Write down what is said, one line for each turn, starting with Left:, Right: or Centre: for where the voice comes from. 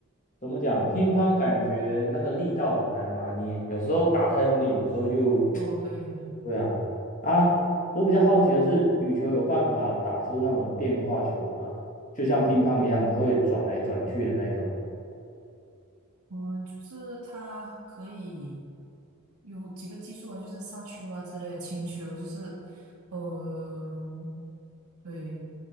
Left: 怎么讲，乒乓感觉那个力道很难拿捏，有时候打太用力，有时候又，
Right: 哦，对对，
Left: <tsk> 对啊，啊，我比较好奇的是，羽球有办法打出那种变化球吗？就像乒乓一样，它会转来转去的那一种，
Right: 我就是它可以有几个技术啊，就是杀球啊之类的，轻球就是，呃，对，